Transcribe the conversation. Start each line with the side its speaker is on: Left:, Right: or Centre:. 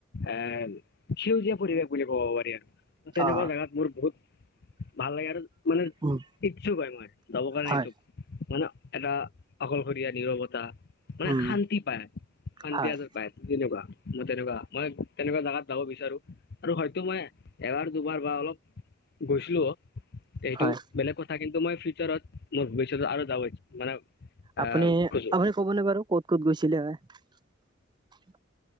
Left: এহ সেউজীয়া পৰিৱেশ বুলি ক'ব পাৰি আৰ তেনেকুৱা
Right: অ
Left: জাগাত মোৰ বহুত ভাল লাগে আৰু মানে
Right: উম
Left: ইচ্ছুক হয় মই যাবৰ কাৰণে
Right: হয়
Left: এইটো মানে এটা অকলশৰীয়া নিৰৱতা মানে
Right: উম
Left: শান্তি পায় শান্তি
Right: হয়
Left: আৰ পাই তেনেকুৱা যত তেনেকুৱা মই তেনেকুৱা জাগাত যাব বিচাৰো আৰু হয়তো মই এবাৰ দুবাৰ বা অলপ গৈছিলোও সেইটো
Right: হয়
Left: বেলেগ কথা কিন্তু মই ফিউচাৰত মোৰ ভৱিষ্যতে আৰু যাব ইচ্ছা মানে আহ
Right: আপুনি
Left: খোজো
Right: আপুনি ক'বনে বাৰু ক'ত ক'ত গৈছিলে হয়